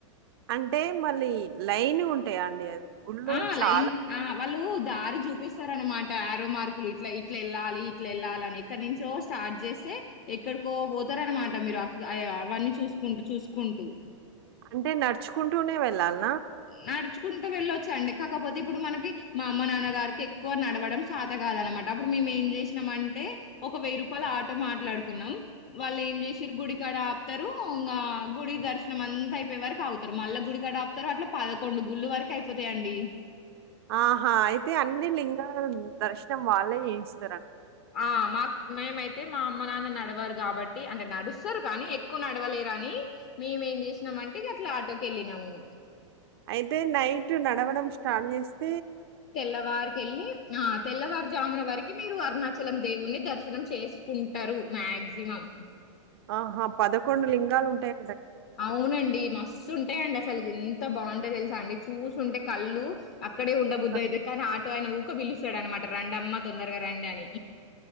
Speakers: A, on the right; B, on the left.
A: అంటే మళ్ళీ లైన్గ ఉంటాయా అండి అది గుళ్ళు
B: ఆ
A: చాలా
B: లైనగ ఆ వాళ్లు దారి చూపిస్తారనమాట ఆరో మార్కులు ఇట్లా ఇట్లా వెళ్ళాలి ఇట్ల వెళ్ళాలి అని ఎక్కడి నుంచో స్టార్ట్ చేస్తే ఎక్కడికో పోతారనమాట మీరు అ అవన్నీ చూసుకుంటూ చూసుకుంటూ
A: అంటే నడుచుకుంటూనే వెళ్ళాలి
B: నడుచు కుంటు వెళ్ళొచ్చండి కాకపోతే ఇప్పుడు మనకి మా అమ్మ నాన్న గారికి ఎక్కువ నడవడం చేత కాదనమాట అప్పుడు మేము ఏం చేసినం అంటే ఒక వెయ్యి రూపాల ఆటో మాట్లాడుకు న్నాం వాళ్ళు ఏం చేసిరు గుడికాడ ఆపుతరు ఇంకా గుడి దర్శనం అంతా అయిపోయె వరకు ఆగుతరు మళ్ళా గుడికాడ ఆపు తరు అట్ల పదకొండు గుళ్లు వరకు అయిపోతయండి
A: ఆహా అయితే అన్ని లింగా దర్శనం వాళ్ళే చెయిస్త
B: ఆ మా మేమైతే మా అమ్మ నాన్న నడవరు కాబట్టి అంటే నడుస్తారు కానీ ఎక్కువ ఎక్కువ నడవలేరని మేమేం చేసినాం అంటే ఇక అట్లా ఆటోకి వెళ్ళినాము
A: అయితే నైట్ నడవడం స్టార్ట్ చేసి
B: తెల్లవారికి వెళ్ళి ఆ తెల్లవారుజామున వరకు మీరు అరుణాచలం దేవుడిని దర్శనం చేసుకుంటారు మాక్సిమం
A: ఆహా పదకొండు లింగాలు ఉంటయ
B: అవునండి మస్తు ఉంటాయండి అసలు ఎంత బాగుంటయో తెలుసా అండి చూస్తుంటే కళ్ళు అక్కడే ఉండ
A: కదా!
B: బుద్ధ అయిద్ది కానీ ఆటో అయన ఊ రక పిలుస్తాడు అనమాట రండి అమ్మ తొందరగా రండి అని